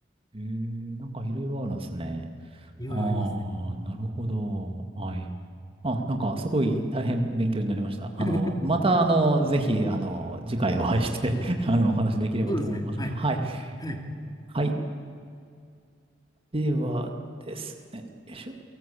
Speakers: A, on the right; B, on the left.
A: う。えー、なんかいろいろあるんですね。
B: いろいろありますね。
A: ああ、なるほど。はい。あ、なんかすごい大変勉強になりました。あの、
B: <laughs>
A: またあの、ぜひ、あの、次回お会いして <laughs> あの、お話できればと思いますが。
B: そうですね。はい。
A: はい。
B: はい
A: はい。ではですね。よいしょ。